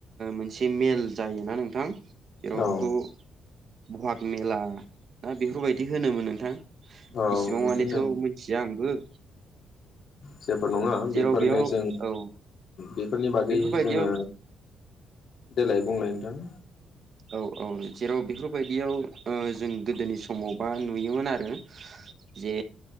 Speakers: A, on the right (about 50°); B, on the left (about 60°).
A: मोनसे मेल जायोना नोंथां। जेराव
B: औ
A: बेखौ बहाग मेला ना बेफोरबायदि होनोमोन नोंथां?
B: औ
A: इसिबां
B: बिदिनो
A: मानिथ' मिथिया आंबो।
B: जेबो नङा
A: जेराव
B: बेफोरनो
A: बेयाव
B: जों
A: औ
B: बेफोरनि बागै
A: बेफोरबायदियाव
B: जोङो देलाय बुंलाय नोंथां।
A: औ औ जेराव बेफोरबायदियाव जों गोदोनि समावबा नुयोमोन आरो जे